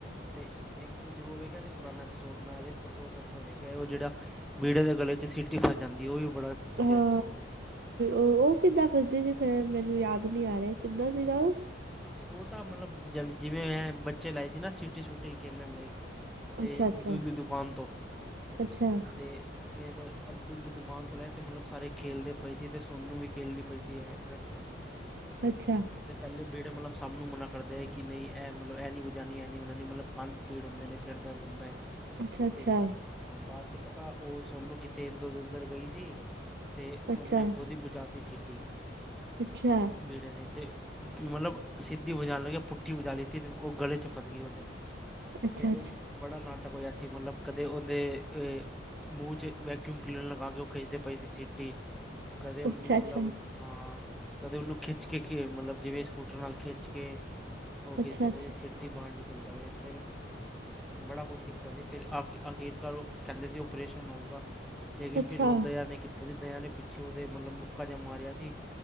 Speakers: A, in the centre; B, on the right (about 55°).
A: ਤੇ ਇੱਕ ਤੁਸੀਂ ਉਹ ਵੇਖਿਆ ਸੀ ਪੁਰਾਣਾ ਐਪੀਸੋਡ, ਮੈਂ ਅਜੇ ਪਰਸੋਂ ਤਰਸੋਂ ਵੇਖਿਆ, ਉਹ ਜਿਹੜਾ ਬੀਹੜੇ ਦੇ ਗਲੇ ਚ ਸੀਟੀ ਫਸ ਜਾਂਦੀ, ਉਹ ਵੀ ਬੜਾ ਵਧੀਆ
B: ਹਾਂ
A: ਐਪੀਸੋਡ ਹੈ।
B: ਉਹ ਕਿੱਦਾਂ ਫਸਦੀ ਸੀ, ਮੈਂ ਮੈਨੂੰ ਯਾਦ ਨੀ ਆ ਰਿਹਾ, ਕਿੱਦਾਂ ਸੀਗਾ ਉਹ
A: ਉਹ ਤਾਂ ਮਤਲਬ ਜਵੇਂ ਜਿਵੇਂ ਬੱਚੇ ਲਾਏ ਸੀ ਨਾ ਸਿਟੀ ਸੁਟੀ, ਖੇਡਣ ਲਈ ਅਤੇ
B: ਅੱਛਾ ਅੱਛਾ
A: ਅਬਦੁੱਲ ਦੀ ਦੁਕਾਨ ਤੋਂ,
B: ਅੱਛਾ
A: ਤੇ ਫਿਰ ਅਬਦੁਲ ਦੀ ਦੁਕਾਨ ਤੋਂ, ਤੇ ਮਤਲਬ ਸਾਰੇ ਖੇਡਦੇ ਪਏ ਸੀ, ਅਤੇ ਸੋਨੂੰ ਵੀ ਖੇਡਦੀ ਪਈ ਸੀ, ਘਰ। 'ਤੇ
B: ਅੱਛਾ
A: ਤੇ ਪਹਿਲੇ ਬੀੜ ਮਤਲਬ ਸਭ ਨੂੰ ਮਨਾ ਕਰਦੇ ਹੈ ਕਿ, ਨਹੀਂ ਇਹ ਮਤਲਬ ਇਹ ਨਹੀਂ ਬੁਝਾਉਣੀ ਇਹਂ ਨਹੀਂ ਬਝਾਉਣੀ, ਮਤਲਬ ਕਨ ਪੀੜ ਹੁੰਦੇ ਨੇ, ਸਿਰ ਦਰਦ ਹੁੰਦਾ ਹੈ।
B: ਅੱਛਾ ਅੱਛਾ
A: ਅਤੇ ਹਾਂ ਬਾਅਦ 'ਚ ਪਤਾ, ਉਹ ਸੋਨੂੰ ਕਿੱਥੇ ਇੱਧਰ ਉੱਧਰ ਗਈ ਸੀ। ਤੇ
B: ਅੱਛਾ
A: ਉਹਨੇ ਖੁਦ ਹੀ ਬਜਾ ਤੀ ਸੀਟੀ।
B: ਅੱਛਾ,
A: ਬ ਵੀੜੇ ਨੇ ਤੇ, ਮਤਲਬ ਸਿੱਧੀ ਵਜਾਣ ਲੱਗਿਆ ਪੁੱਠੀ ਬਜਾ ਲਿੱਤੀ, ਅਤੇ ਉਹ ਗਲੇ 'ਚ ਫਸ ਗ ਉਹਦੇ
B: ਅੱਛਾ
A: ਫੇਰ
B: ਅੱਛਾ
A: ਉਹ ਬੜਾ ਨਾਟਕ ਹੋਆ ਸੀ, ਮਤਲਬ ਕਦੇ ਉਹਦੇ ਮੂੰਹ 'ਚ ਵੈਕਿਊਮ ਕਲੀਨਰ ਲਗਾ ਕੇ ਉਹ ਖਿੱਚਦੇ ਪਏ ਸੀ ਸੀਟੀ। ਕਦੇ ਉਹਨੂੰ
B: ਅੱਛਾ
A: ਮਤਲਬ
B: ਅੱਛਾ
A: ਅਹ ਕਦੇ ਉਹਨੂੰ ਖਿੱਚ ਕੇ ਮਤਲਬ ਜਿਵੇਂ ਸਕੂਟਰ ਨਾਲ ਖਿੱਚ ਕੇ ਉਹ ਕੀ
B: ਅੱਛਾ
A: ਜਾ
B: ਅੱਛਾ ਅੱਛਾ
A: ਸਿੱਟੀ ਬਾਹਰ ਨਿਕਲ ਜਾਵੇ ਫਿਰ ਬੜਾ ਕੁਛ ਕੀਤਾ ਸੀ ਫਿਰ ਆਖ ਆਖਰਕਾਰ ਉਹ ਕਹਿੰਦੇ ਸੀ ਓਪਰੇਸ਼ਨ ਹਾਉਗਾ। ਲੇਕਿਨ
B: ਅੱਛਾ
A: ਫਿਰ ਉਹ
B: ਅੱਛਾ
A: ਦਇਆ ਨੇ ਕੀਤਾ ਸੀ ਦਇਆ ਨੇ ਪਿੱਛੇ ਉਹਦੇ ਮਤਲਬ ਮੁੱਕਾ ਜਾ ਮਾਰਿਆ ਸੀ।